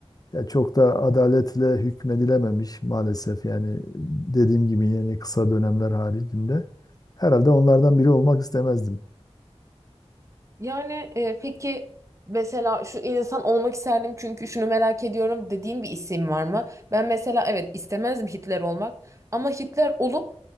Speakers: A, on the left; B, on the right.
A: ya çok da adaletle hükmedilememiş maalesef. Yani dediğim gibi yani kısa dönemler haricinde. Herhalde onlardan biri olmak istemezdim.
B: Yani e, peki mesela şu insan olmak isterdim çünkü şunu merak ediyorum dediğin bir isim var mı? Ben mesela evet istemezdim Hitler olmak ama Hitler olup